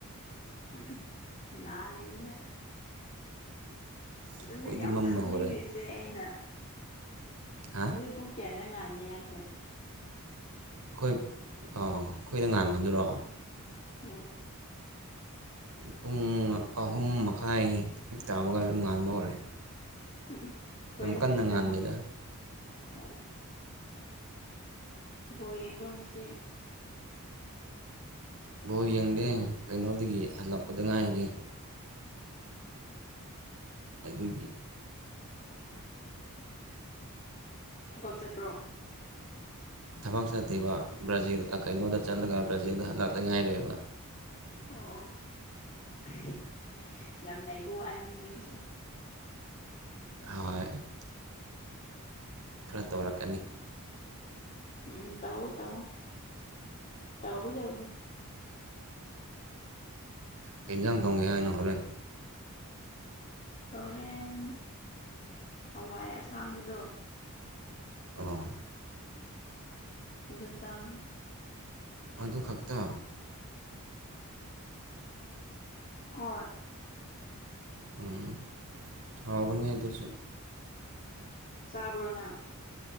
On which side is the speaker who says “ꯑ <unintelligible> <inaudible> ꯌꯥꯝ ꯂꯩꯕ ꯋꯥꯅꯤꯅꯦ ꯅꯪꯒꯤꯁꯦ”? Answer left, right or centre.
Left